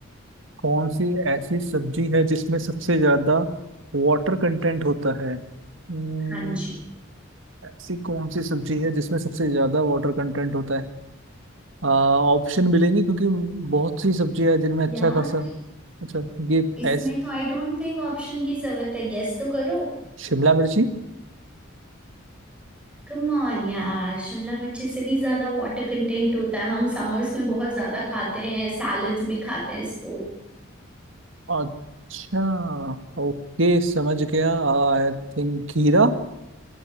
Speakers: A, on the right; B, in the centre.
A: कौन सी ऐसी सब्जी है जिसमें सबसे ज्यादा वाटर कंटेंट होता है हम्म,
B: हाँ जी
A: ऐसी कौन सी सब्जी है जिसमें सबसे ज्यादा वाटर कंटेंट होता है ऑप्शन मिलेंगे क्योंकि बहुत सी सब्जियां हैं जिनमें अच्छा
B: यार
A: खासा अच्छा ये
B: इसमें
A: ऐस
B: तो आई डोंट थिंक ऑप्शन की जरूरत है गेस तो करो
A: शिमला मिर्ची
B: कम ऑन यार शिमला मिर्ची से भी ज्यादा वाटर कंटेंट होता है हम समर्स में बहुत ज्यादा खाते हैं सैलड्स में खाते हैं इसको
A: अच्छा ओके समझ गया आई थिंक खीरा